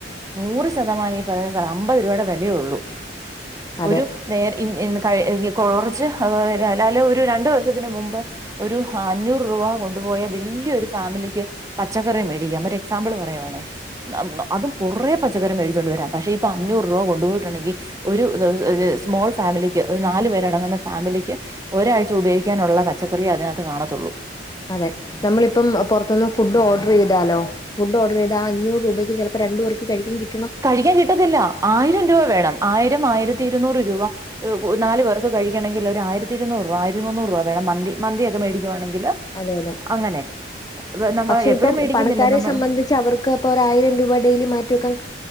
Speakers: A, on the right; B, on the left.
A: നൂറ് ശതമാനം ഈ പറയന്ന സാധ അമ്പത് രൂപയുടെ വിലയോള്ളൂ
B: അതെ
A: ഒരു നേര കുറച്ച് അല്ലേ ഒരു രണ്ടു വർഷത്തിന് മുമ്പ് ഒരു അഞ്ഞൂറ് രൂപ കൊണ്ടുപോയ വലിയ ഒരു ഫാമിലിക്ക് പച്ചക്കറി മേടിക്കാം ഒരു എക്സാമ്പിൾ പറയുവാണേ അതും കുറെ പച്ചറി മേടിച്ചുകൊണ്ട് വരാം പക്ഷെ ഇപ്പൊ അഞ്ഞൂറ് രൂപ കൊണ്ടുപോയിട്ടുണ്ടെങ്കിൽ ഒരു ദ സ്മോൾ ഫാമിലിക്ക് ഒരു നാല് പേരടങ്ങുന്ന ഫാമിലിക്ക് ഒരാഴ്ച ഉപയോഗിക്കാനുള്ള പച്ചക്കറിയ അതിനകത്ത് കാണത്തുള്ളൂ
B: അതെ നമ്മളിപ്പം പുറത്തൊന്ന് ഫുഡ് ഓർഡർ ചെയ്താലോ ഫുഡ് ഓഡർ ചെയ്ത ആ അഞ്ഞൂറ് രൂപയ്ക്ക് ചിലപ്പോ രണ്ട് പേർക്ക് കഴിക്കാൻ കി
A: കഴിക്കാൻ കിട്ടത്തില്ല ആയിരം രൂപ വേണം ആയിരം ആയിരത്തി ഇരനൂറ് രൂപ നാല് പേർക്ക് കഴിക്കണമെങ്കിൽ ഒരു ആയിരത്തി ഇരൂനൂറ് രൂപ ആയിരത്തി മൂന്നൂറ് രൂപ വേണം മന്തി മന്തി ഒക്കെ മേടിക്കുവാണെങ്കിൽ
B: അതെ അതെ
A: അങ്ങനെ നമ്മൾ
B: പക്ഷെ
A: എപ്പഴും
B: ഇപ്പം
A: മേടിക്കുന്നില്ല
B: പണക്കാരെ
A: നമ്മള്.
B: സംബന്ധിച്ച് പക്ഷെ അവർക്ക് അപ്പൊ ഒരു ആയിരം രൂപ ഡെയിലി മാറ്റിവെക്കാൻ